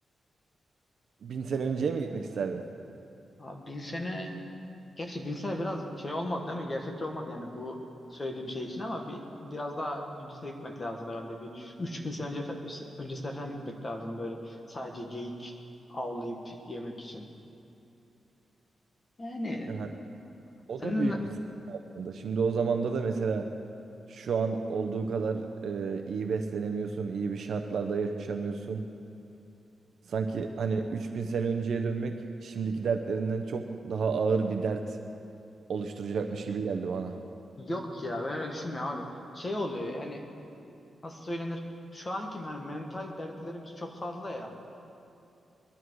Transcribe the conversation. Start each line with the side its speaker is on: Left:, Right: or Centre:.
Right: Bin sene önceye mi gitmek isterdin?
Left: Abi bin sene Gerçi Vince'e biraz şey olmadı değil mi? Gerçekçi olmadı yani bu söylediğim şey için ama bir biraz daha öncesine gitmek lazım herhalde. Bir 3000 sene önce öncesine falan gitmek lazım böyle. Sadece geyik avlayıp yemek için. Yani
Right: Yani o
Left: senin
Right: da büyük bir sıkıntı aslında. Şimdi o zamanda da mesela şu an olduğu kadar e, iyi beslenemiyorsun, iyi bir şartlarda yaşamıyorsun. Sanki hani 3000 sene önceye dönmek şimdiki dertlerinden çok daha ağır bir dert oluşturacakmış gibi geldi bana.
Left: yok ya ben öyle düşünmüyorum abi. Şey oluyor yani nasıl söylenir? Şu anki hani mental dertlerimiz çok fazla ya.